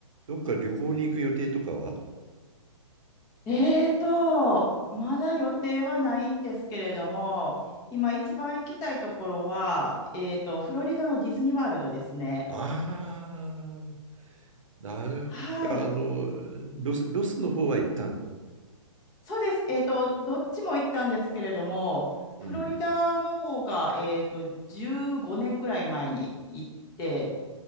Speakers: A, on the right; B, on the left.
A: どっか旅行に行く予定とかは
B: えーと、まだ予定はないんですけれども、今一番行きたいところは、えーと、フロリダのディズニーワールドですね。
A: ああなるほど。
B: はい。
A: あの、ロス、ロスの方は一旦、
B: そうです。えーと、どっちも行ったんですけれども、フロリダの方が、
A: うん。
B: えーと、15年ぐらい前に行って、